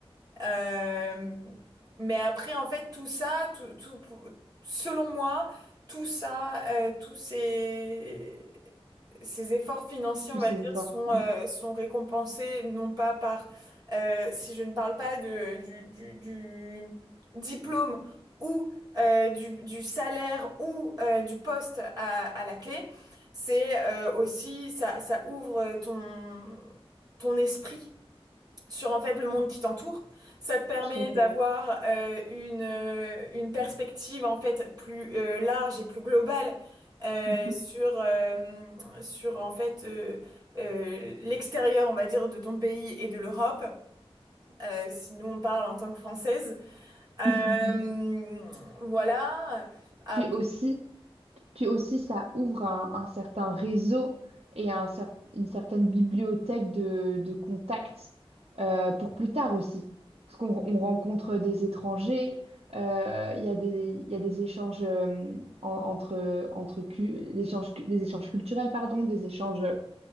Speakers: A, on the right; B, on the right.
A: Euh, mais après, en fait, tout ça, tout, tout, selon moi, tout ça, euh, tous ces, ces efforts financiers,
B: Tous
A: on va
B: ces efforts.
A: dire, sont,
B: Mm,
A: euh, sont récompensés, non pas par, euh, si je ne parle pas de, du, du, du diplôme ou euh, du, du salaire ou euh, du poste à, à la clé, c'est euh, aussi, ça, ça ouvre ton, ton esprit sur en fait le monde
B: mm,
A: qui t'entoure. Ça te permet
B: Tout à
A: d'avoir
B: fait.
A: euh, une, euh, une perspective en fait plus euh, large et plus globale euh,
B: Mhm.
A: sur, euh, sur en fait euh, euh, l'extérieur, on va dire, de ton pays et de l'Europe. Euh, si nous on parle en tant que Française. Euh,
B: <laughs>
A: voilà. Après-
B: Puis aussi, puis aussi, ça ouvre un, un certain réseau et un cer- une certaine bibliothèque de, de contacts euh, pour plus tard aussi. Parce qu'on on rencontre des étrangers, euh, il y a des, il y a des échanges euh, en- entre, entre cu- l'échange cu- des échanges culturels, pardon, des échanges